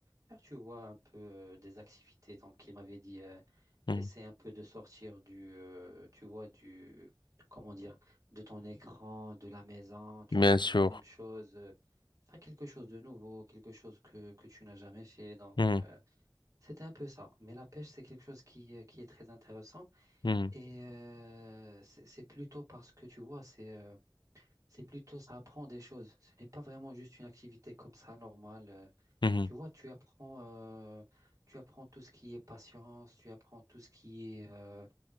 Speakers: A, on the right; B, on the left.
A: faire, tu vois, un peu euh, des activités. Donc il m'avait dit, euh,
B: mm,
A: essaie
B: mm,
A: un peu de sortir du, euh, tu vois, du, comment dire, de ton écran, de la maison, tu
B: Bien
A: vois, faire
B: sûr.
A: la même chose, euh, faire quelque chose de nouveau, quelque chose que, que tu n'as jamais fait. Donc
B: Mm,
A: euh, c'était un peu ça. Mais la pêche, c'est quelque chose qui, euh, qui est très intéressant
B: mm,
A: et euh, c'est c'est plutôt parce que, tu vois, c'est... euh, c'est plutôt ça apprend des choses. Ce n'est pas vraiment juste une activité comme ça normale. euh.
B: mhm.
A: Tu vois, tu apprends, euh, tu apprends tout ce qui est patience, tu apprends tout ce qui est, euh,